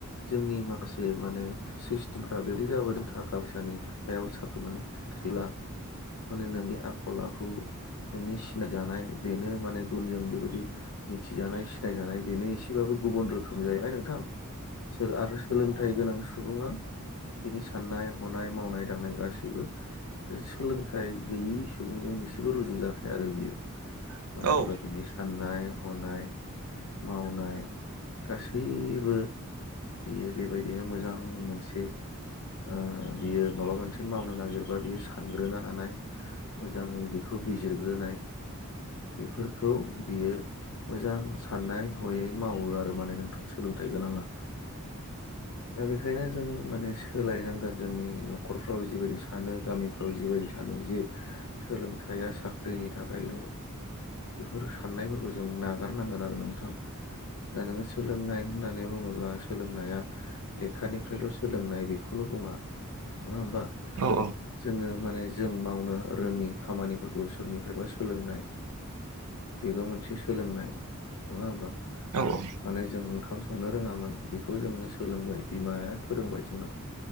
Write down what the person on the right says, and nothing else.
औ
औ
औ औ